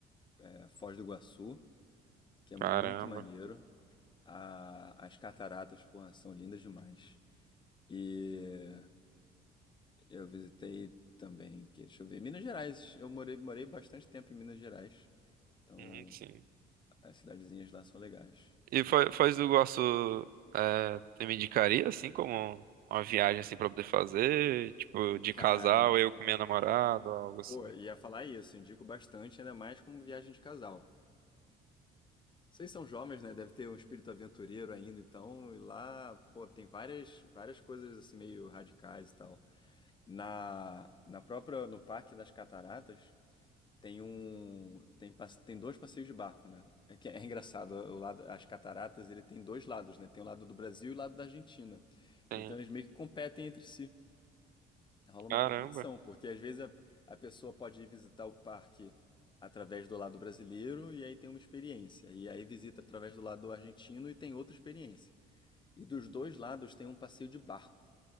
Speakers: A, on the left; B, on the right.
A: é, Foz do Iguaçu, que é muito
B: Caramba.
A: maneiro. A- as cataratas, porra, são lindas demais. E Eu visitei também o quê? Deixa eu ver. Minas Gerais. Eu morei, morei bastante tempo em Minas Gerais. Então,
B: Hum, sim.
A: as cidadezinhas lá são legais.
B: E Fo- Foz do Iguaçu é, você me indicaria, assim, como uma viagem, assim, pra poder fazer? Tipo, de
A: Cara,
B: casal,
A: hein?
B: eu com minha namorada, algo assim.
A: Pô, ia falar isso. Indico bastante, ainda mais como viagem de casal. Vocês são jovens, né? Deve ter um espírito aventureiro ainda, então, e lá, pô, tem várias, várias coisas assim meio radicais e tal. Na, na própria, no Parque das Cataratas, Tem um, tem, passe- tem dois passeios de barco, né? É que é <laughs> engraçado, o lado, as cataratas, ele tem dois lados, né? Tem o lado do Brasil e o lado da Argentina.
B: Sim.
A: Então eles meio que competem entre si. Rola
B: Caramba,
A: uma competição, porque às vezes a, a pessoa pode ir visitar o parque através do lado brasileiro e aí tem uma experiência. E aí visita através do lado argentino e tem outra experiência. E dos dois lados tem um passeio de barco,